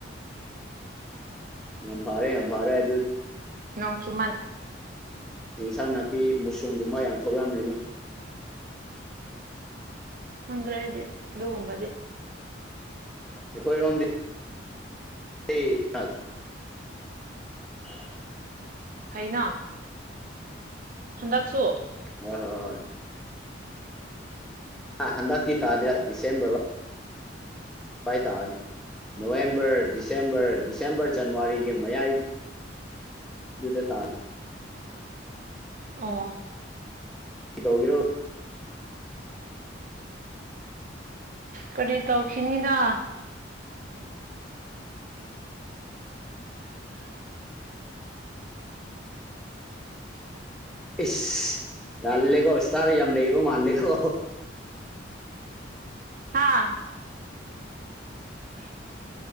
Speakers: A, in the centre; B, on the right.
A: ꯌꯥꯝ ꯐꯥꯔꯦ ꯌꯥꯝ ꯐꯥꯔꯦ ꯑꯗꯨ
B: ꯅꯣꯡ ꯆꯨꯃꯥꯟ
A: ꯏꯟꯁꯥꯡ ꯅꯥꯄꯤ ꯃꯨꯁꯔꯨꯝꯒꯨꯝꯕ ꯌꯥꯝ ꯊꯣꯛꯂꯝꯂꯅꯤ
B: ꯈꯪꯗꯦ ꯑꯩꯗꯤ ꯑꯗꯨꯒꯨꯝꯕꯗꯤ
A: ꯑꯩꯈꯣꯏ ꯔꯣꯝꯗꯤ <unintelligible> <inaudible>
B: ꯐꯩꯅꯥ ꯍꯟꯗꯛꯁꯨ
A: ꯍꯣꯏ ꯍꯣꯏ ꯍꯣꯏ ꯍꯟꯗꯛꯇꯤ ꯇꯥꯗꯦ ꯗꯤꯁꯦꯝꯕꯔꯕꯧ ꯑꯗꯨꯋꯥꯏ ꯇꯥꯏꯌꯦ ꯅꯣꯕꯦꯝꯕꯔ ꯗꯤꯁꯦꯝꯕꯔ ꯗꯤꯁꯦꯝꯕꯔ ꯖꯅꯋꯥꯔꯤꯒꯤ ꯃꯌꯥꯏ ꯗꯨꯗꯥ ꯇꯥ
B: ꯑꯣ
A: ꯀꯩ ꯇꯧꯕꯤꯔꯣ
B: ꯀꯔꯤ ꯇꯧꯈꯤꯅꯤꯗꯥ <unintelligible>
A: ꯏꯁ ꯇꯜꯂꯦꯒꯣ ꯏꯁꯇꯥꯔ ꯌꯥꯝ ꯂꯩꯕ ꯃꯥꯜꯂꯦꯀꯣ
B: ꯍꯥꯥ <inaudible>